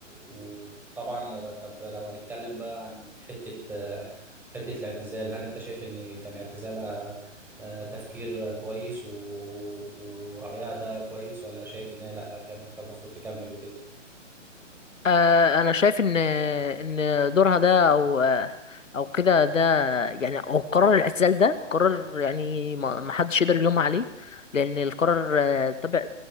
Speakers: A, in the centre; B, on the left.
A: وطبعا لو طب لو هنتكلم بقى عن حتة حتة الاعتزال هل أنت شايف إن كان اعتزالها آه، تفكير كويس و... ورأيها ده كويس ولا شايف إن هي لأ كان كان المفروض تكمل وكده؟
B: آه، انا شايف ان ان دورها ده او آه، او كده ده يعني او قرار الاعتزال ده قرار يعني ما ما حدش يقدر يلومها عليه لان القرار آه، تبع